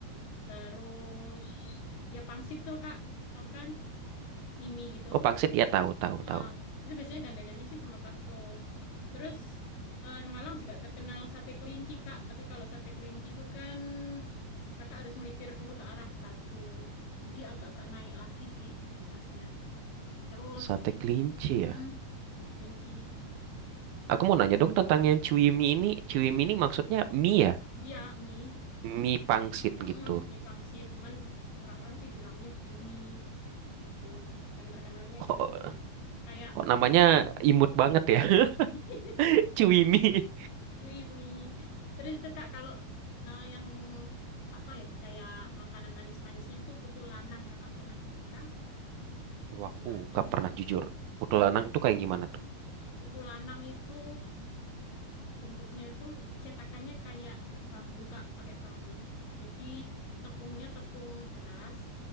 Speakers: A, on the left (about 80°); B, on the right (about 75°).
A: terus ya pangsit tuh Kak, tahu kan? Mimi gitu.
B: Oh, pangsit ya tahu tahu
A: ah
B: tahu.
A: itu biasanya gandengannya sih sama bakso. Terus eh, Malang juga terkenal sate kelinci Kak, tapi kalau sate kelinci itu kan Kakak harus melipir dulu ke arah Batu. Jadi agak-agak naik lagi sih, Mas Yan. Terus
B: Sate kelinci
A: Mm-mm.
B: ya.
A: Sate kelinci.
B: Aku mau nanya dong tentang yang cuy mie ini. Cuy mie ini maksudnya mie ya?
A: Iya, mie.
B: Mie pangsit
A: Mm-mm,
B: gitu.
A: Mie pangsit. Cuman orang-orang sih bilangnya cui mie. Tuh, kan terkenalnya
B: Kok,
A: cui mie. Kayak
B: kok namanya imut banget ya?
A: <laughs>
B: <laughs> Cuy mie.
A: cui mie. Terus itu Kak, kalau eh, yang apa ya, kayak makanan manis-manisnya itu putu lanang. Kakak pernah dengar kah? Putu
B: Wah, aku
A: lanang.
B: gak pernah jujur. Putu lanang tuh kayak gimana tuh?
A: Putu lanang itu bentuknya itu cetakannya kayak bambu Kak, pakai bambu. Jadi tepungnya tepung beras